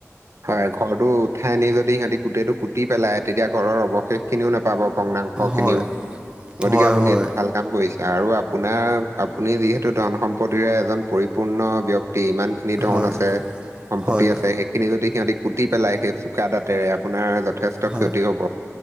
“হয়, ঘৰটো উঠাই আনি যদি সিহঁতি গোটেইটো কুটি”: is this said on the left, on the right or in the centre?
Right